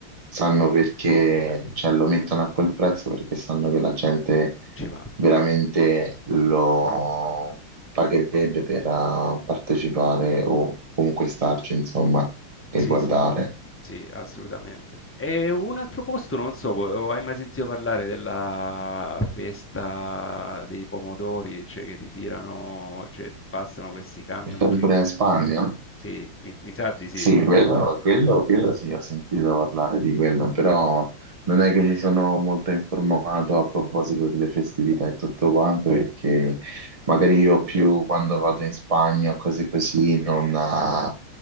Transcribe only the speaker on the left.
Ci va.
Sì,
sì, sì, assolutamente. E un altro posto, non so, co- hai mai sentito parlare della festa dei pomodori, cioè che ti tirano, cioè passano questi camion
gi-
Sì, mi, mi sa di sì.